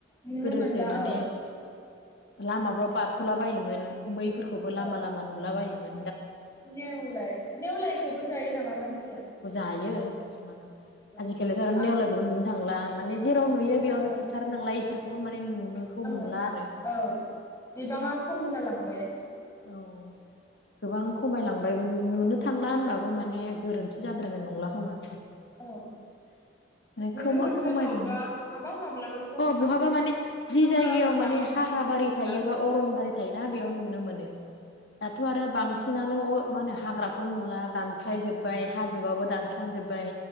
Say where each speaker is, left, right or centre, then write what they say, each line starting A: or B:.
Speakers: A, on the left; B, on the left.
A: नुनो
B: गोदोसो
A: मोनला
B: माने
A: ओ
B: लामाफ्राव बारस'ला बायोमोन मैफोरखौबो लामा
A: औ
B: लामा नुलाबायोमोन
A: नेवलाय नेवलाय खौबो जायो नामा मानसिया?
B: आयो खिसुमाना
A: औ
B: आजिखालिथ' आरो
A: आं
B: नेवलायखौबो नुनो थांला माने जेराव
A: नुनो
B: नुयो बेयावनो
A: थांला
B: बुथारो नालाय इसोरखौबो माने नुनोखौ
A: औ
B: मोनला आरो।
A: औ बिबाङा खम जालांबाय
B: औ गोबां खमायलांबायबो नुनो थांला होनबाबो माने गोरोन्थि जाद्रायनाय नंला खोमा।
A: औ
B: <inaudible>
A: नुनो
B: खमा-खमायबाय
A: मोनगोन अबेबा
B: न
A: बहाबा माब्लाबा समफ्राव
B: अ बहाबा माने जि
A: थेवब्लाबो
B: जायगायाव
A: बांद्राय
B: माने हाग्र
A: नुनो
B: बारि
A: मोनला
B: थायोबा अरनबारि थायोना बेयाव नुनो मोनो दाथ' आरो बांसिनानो अ मा होनो हाग्राखौ नुला दानख्लाय जोब बाय हाजोबाबो दानस्रांजोब्बाय